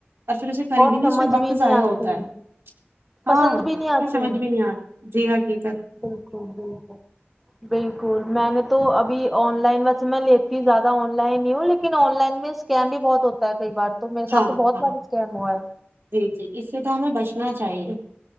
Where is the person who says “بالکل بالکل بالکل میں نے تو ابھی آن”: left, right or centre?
Centre